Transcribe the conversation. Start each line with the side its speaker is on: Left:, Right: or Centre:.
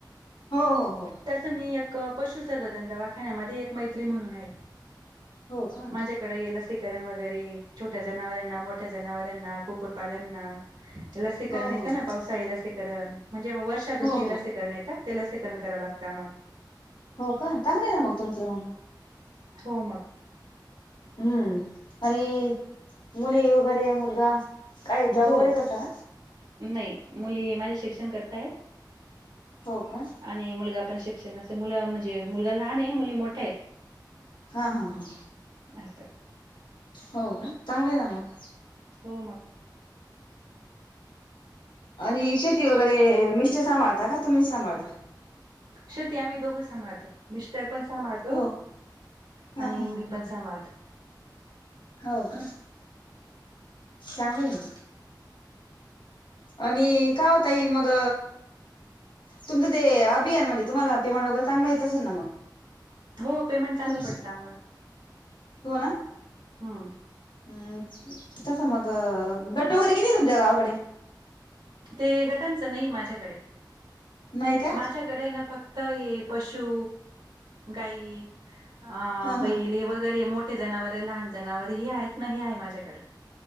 Left: हो, हो, हो,
Right: ''तसं मी एक, पशुसर्वधन दवाखान्यामध्ये एक मैत्री म्हणून आहे. ''
Left: हो का
Right: माझ्याकडे ये लसीकरण व- वगैरे छोट्या जनावरांना, मोठ्या जनावरांना, कुकुटपालांना लसीकरण
Left: हो
Right: येतं
Left: हो
Right: ना,
Left: हो
Right: पावसाळी लसीकरण म्हणजे वर्षातून
Left: हो
Right: तीन
Left: हो
Right: लसीकरण येत- ते लसीकरण कराव लागंत आम्हाला.
Left: हो का? चांगलंय ना मग तुमचं मग.
Right: हो मग.
Left: हम्म आणि मुली वगैरे, मुलगा काय जॉब
Right: हो
Left: वगैरे करता का?
Right: नाही, मुली हे माझे शिक्षण करताय.
Left: हो का?
Right: आणि मुलगा पण शिक्षण मुलं म्हणजे मुलगा लहान आहे, मुली मोठ्या आहेत.
Left: हा हा हा.
Right: अस.
Left: होव का? चांगलंय न मग.
Right: हो मग.
Left: आणि शेती वगैरे, मिस्टर सांभाळता? का तुम्ही सांभाळता?
Right: शेती आम्ही दोघं सांभळतो. मिस्टर पण सांभाळतो
Left: हो
Right: आणि
Left: हा हा
Right: मी पण सांभळते.
Left: हो का? चांगलंय मग. आणि का हो ताई मग तुमचं ते अभियानमध्ये तुम्हाला पेमंट वगैरे, चांगलं येत असेल ना मग?
Right: हो पेमेंट चांगले
Left: तुम
Right: पडतं आम्हाला.
Left: हो ना?
Right: हा.
Left: हम्म, कसं मग गट वगैरे किती आहे तुमच्या गावाकडे?
Right: ते गटांचं नाही माझ्याकडे,
Left: नाही का
Right: माझ्या कडे ना फक्त हे पशु, गाई अ
Left: हा
Right: बैले
Left: हा
Right: हे वगैरे मोठे जनावर, लहान जनावर हे आहेत ना, हे आहे माझ्याकडे.